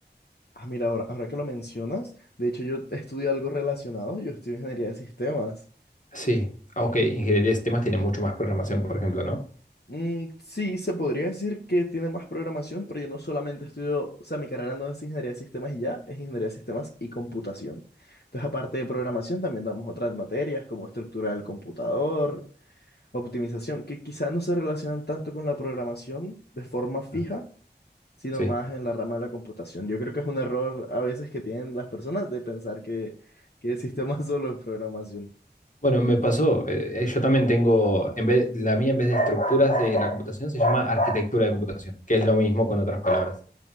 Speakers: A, on the left; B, on the left.
A: Ah, mira, ahora, ahora que lo mencionas, de hecho yo estudio algo relacionado. Yo estudio ingeniería de sistemas.
B: Sí, Ah, ok, ingeniería de sistemas tiene mucho más programación, por ejemplo, ¿no?
A: Mm, sí, se podría decir que tiene más programación, pero yo no solamente estudio, o sea, mi carrera no es ingeniería de sistemas y ya, es ingeniería de sistemas y computación. Entonces, aparte de programación, también damos otras materias como estructura del computador, optimización, que quizás no se relacionan tanto con la programación de forma fija,
B: Ah,
A: sino
B: Sí.
A: más en la rama de la computación. Yo creo que es un error a veces que tienen las personas de pensar que, que el sistema <laughs> solo es programación.
B: Bueno, me pasó, eh, eh, yo también tengo, en vez, la mía en vez de estructuras de la computación se llama arquitectura de computación, que es lo mismo con otras palabras.